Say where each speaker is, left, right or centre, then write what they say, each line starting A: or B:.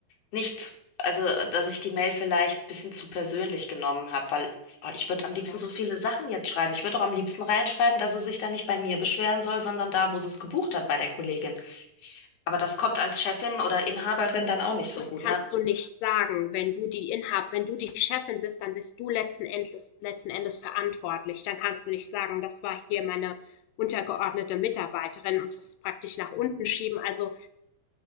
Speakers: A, on the left; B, on the left.
A: nicht, also äh, dass ich die Mail vielleicht ein bisschen zu persönlich genommen habe, weil oh, ich würde am liebsten
B: Ja.
A: so viele Sachen jetzt schreiben. Ich würde auch am liebsten reinschreiben, dass sie sich da nicht bei mir beschweren soll, sondern da, wo sie es gebucht hat, bei der Kollegin. Aber das kommt als Chefin oder Inhaberin dann auch nicht so
B: Das
A: gut,
B: kannst
A: ne?
B: du nicht sagen, wenn du die Inhab, wenn du die Chefin bist, dann bist du letzten Endes, letzten Endes verantwortlich. Dann kannst du nicht sagen, das war hier meine untergeordnete Mitarbeiterin und das praktisch nach unten schieben. Also